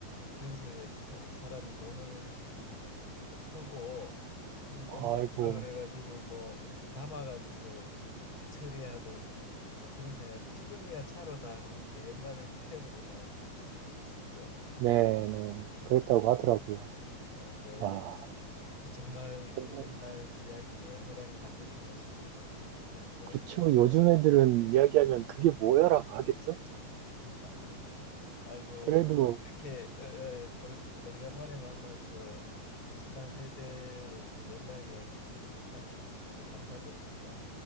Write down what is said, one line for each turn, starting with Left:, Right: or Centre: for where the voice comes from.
Left: 변소에 또 사, 사람이 돈을 주고 퍼고
Right: <laughs>
Left: 그걸
Right: 아이고
Left: 똥장구라 그래 가지고 뭐 이렇게 담아 가지고 이 처리하던 뭐 그런 생각인데 지금이야 차로 다 하는데 옛날에는 인력으로 다 그런 걸 처리했었죠.
Right: 네네 그랬다고 하더라고요.
Left: 아, 네.
Right: 와
Left: 그 정말
Right: 그러면
Left: 그 옛날 이야기네요. 호랑이 담배 피는 시절 같은 그런 이야기입니다.
Right: 그쵸 요즘 애들은 이야기하면 그게 뭐야라고 하겠죠?
Left: <laughs> 아이고
Right: 그래도
Left: 뭐 이렇게 에, 에, 오래- 오래간만에 만나서 비슷한 세대로서 옛날 이야기를 할 수 있어서 감사드립니다.